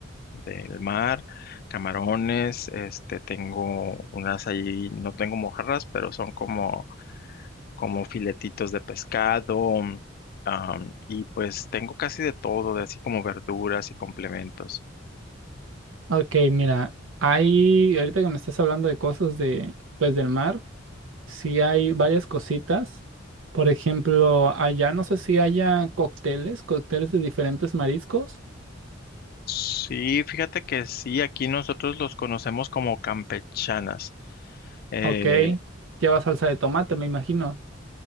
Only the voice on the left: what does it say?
del mar, camarones, este, tengo unas allí no tengo mojarras, pero son como como filetitos de pescado, mm, y pues tengo casi de todo, de así como verduras y complementos.
Sí, fíjate que sí, aquí nosotros los conocemos como campechanas. Eh,